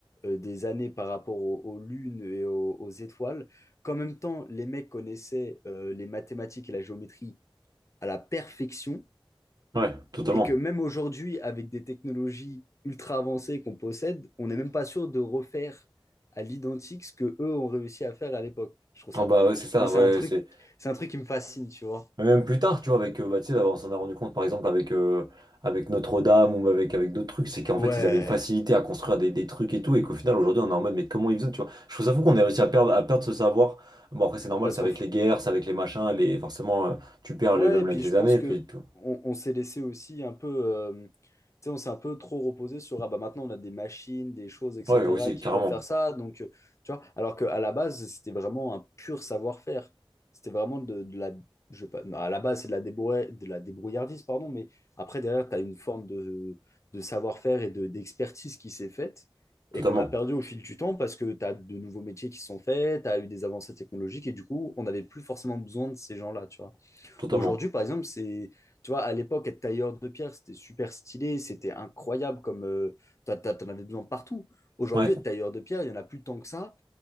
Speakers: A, on the left (about 30°); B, on the right (about 45°).
A: euh, des années par rapport aux, aux lunes et aux, aux étoiles, qu'en même temps, les mecs connaissaient euh, les mathématiques et la géométrie à la perfection
B: ouais, totalement.
A: Et que même aujourd'hui, avec des technologies ultra avancées qu'on possède, on n'est même pas sûr de refaire à l'identique ce que eux ont réussi à faire à l'époque. Je trouve ça
B: Non, bah,
A: dingue.
B: ouais, c'est ça,
A: Moi, c'est
B: ouais,
A: un truc,
B: c'est...
A: c'est un truc qui me fascine, tu vois.
B: Mais même plus tard, tu vois, avec, euh, bah, tu sais, là, on s'en est rendu compte, par exemple, avec, euh, avec Notre-Dame ou avec, avec d'autres trucs, c'est qu'en
A: Ouais.
B: fait, ils avaient une facilité à construire des, des trucs et tout, et qu'au final, aujourd'hui, on est en mode, mais comment ils faisaient, tu vois. Je trouve ça fou qu'on est réussi à perdre, à perdre ce savoir. Bon, après, c'est normal,
A: Parce
B: c'est
A: qu'en
B: avec les guerres, c'est avec les machins, les... forcément, euh, tu perds
A: Ouais,
B: les mêmes
A: et puis
B: avec les
A: je
B: années,
A: pense que
B: puis tout.
A: on, on s'est laissé aussi un peu, euh, tu sais, on s'est un peu trop reposé sur ah bah maintenant on a des machines, des choses, etc.
B: Ouais, aussi,
A: qui
B: carrément,
A: peuvent faire ça, donc euh, tu vois. Alors qu'à la base c'était vraiment un pur savoir-faire. C'était vraiment de, de la, je sais pas, non, à la base c'est de la débrouille, de la débrouillardise pardon, mais après derrière tu as une forme de, de savoir-faire et de d'expertise qui s'est faite
B: totalement,
A: et qu'on a perdu au fil du temps parce que tu as de nouveaux métiers qui se sont faits, tu as eu des avancées technologiques et du coup on n'avait plus forcément besoin de ces gens-là, tu vois.
B: totalement.
A: Aujourd'hui, par exemple, c'est, tu vois, à l'époque, être tailleur de pierre, c'était super stylé, c'était incroyable comme euh, t'as- t'as- t'en avais besoin partout. Aujourd'hui,
B: Ouais,
A: être tailleur de pierre, il n'y en a plus tant que ça,